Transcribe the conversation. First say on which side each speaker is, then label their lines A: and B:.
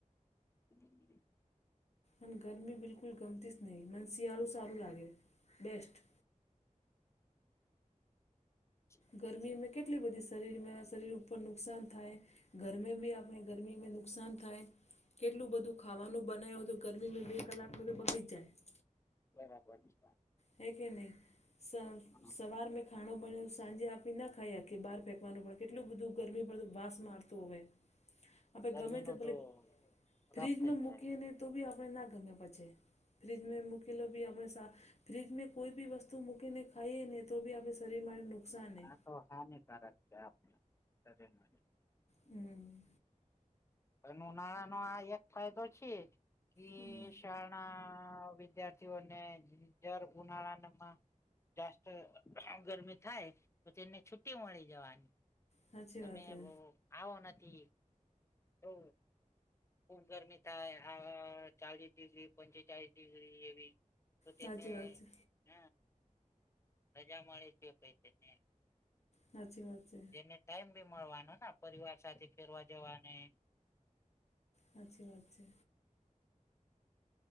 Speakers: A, on the left; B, on the left.
A: <inaudible>
B: મન ગરમી બિલકુલ ગમતી જ નહી. મન શિયાળુ સારું લાગે બેસ્ટ.
A: જ
B: ગરમીમાં કેટલી બધી શરીર મેં શરીર ઉપર નુકસાન થાય. ગરમે બી આપણે ગરમી મેં નુકસાન થાય. કેટલું બધું ખાવાનું બનાવ હોય તો ગરમી મેં બે કલાક મેં તો બગડી જાય.
A: બરાબર છે.
B: હૈ કે નહીં? સ
A: હા
B: સવાર મેં ખાણો પણ સાંજે આપી ના ખાઈ કે બહાર ફેંવાનું પણ કેટલું બધું ગરમી પડે તો વાસ મારતું હોવે. આપે
A: ગરમી
B: ગમે તે
A: ન
B: ભલે
A: તો ખરાબ
B: ફ્રીજમાં
A: થઈ
B: મૂકીને
A: જાય
B: તો બી આપણે ના ગમે પછી. ફ્રીજમાં મૂકીલો બી આપણે સા ફ્રીજ મે કોઈ બી વસ્તુ મૂકીને ખાઇએ ને તો બી આપણે શરીર માટે નુકસાન હૈ.
A: આ તો હાનિકારક છે આપને શરીર માટે.
B: હમ
A: પણ ઉનાળાનો આ એક ફાયદો છે કે
B: હમ
A: શ ના વિદ્યાર્થીઓને દર ઉનાળાનમાં જાસ્ત ગરમી થાય તો તેને છુટ્ટી મળી જવાની
B: હા સાચી
A: તમે
B: વાત હે
A: બઉ આવો નથી તો ખુબ ગરમી થાય આ ચાલીસ ડિગ્રી પંચ ચાલીસ ડિગ્રી એવી તો તેમને
B: સાચી વાત છે
A: હ રજા મળે છે પઈ તેમને
B: હાચી વાત છે.
A: ને ટાઈમ બી મળવાનોન પરિવાર સાથે ફેરવા જવાને
B: હાચી વાત છે.